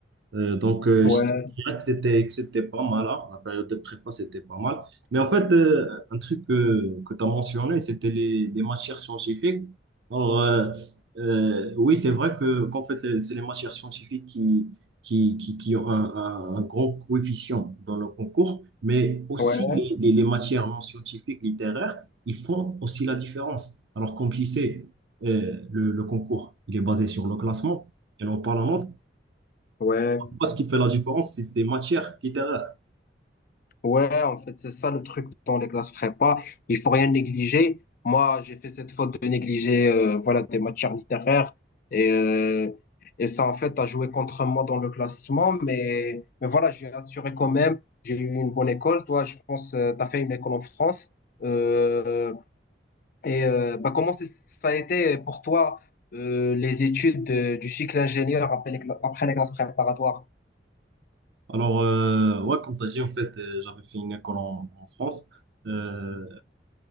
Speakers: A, on the right; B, on the left.
A: Euh, donc, euh,
B: ouais,
A: je dirais que c'était, que c'était pas mal, hein. La période de prépa, c'était pas mal. Mais en fait, euh, un truc que, que tu as mentionné, c'était les, les matières scientifiques. Alors, euh, euh, oui, c'est vrai que, qu'en fait, les- c'est les matières scientifiques qui, qui, qui, qui ont un, un, un grand coefficient dans le concours, mais aussi
B: ouais,
A: les, les, les matières non scientifiques, littéraires, ils font aussi la différence. Alors, comme tu sais, euh, le, le concours, il est basé sur le classement et non pas la note.
B: ouais.
A: Moi, ce qui fait la différence, c'est c'est matière littéraire.
B: Ouais, en fait, c'est ça le truc dans les classes prépa. Il faut rien négliger. Moi, j'ai fait cette faute de négliger, euh, voilà, des matières littéraires. Et, euh, et ça, en fait, a joué contre moi dans le classement. Mais, mais voilà, j'ai assuré quand même. J'ai eu une bonne école. Toi, je pense, euh, t'as fait une école en France. Euh, et euh, bah, comment c'est- ça a été pour toi euh, les études euh, du cycle ingénieur après les, cla- après les classes préparatoires?
A: Alors, euh, ouais, comme tu as dit, en fait, euh, j'avais fait une école en, en France. Euh,